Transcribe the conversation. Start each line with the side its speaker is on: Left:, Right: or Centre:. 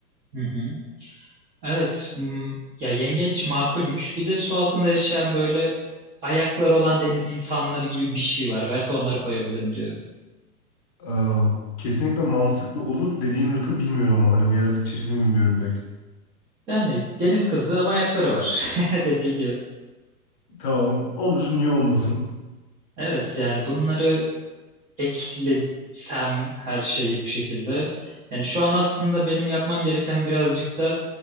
Right: Hı hı. Evet. hmm, Ya yengeç makulmüş. Bir de su altında yaşayan böyle ayakları olan deniz insanları gibi bir şey var. Belki onları koyabilirim diyorum.
Left: Ee, kesinlikle mantıklı olur. Dediğin ırkı bilmiyorum ama hani o yaratık çeşidini bilmiyorum direkt.
Right: Yani deniz kızı ama ayakları var. <laughs> Dediğim gibi.
Left: Tamam olur niye olmasın.
Right: Evet yani bunları eklesem her şeyi bu şekilde. Yani şu an aslında benim yapmam gereken birazcık da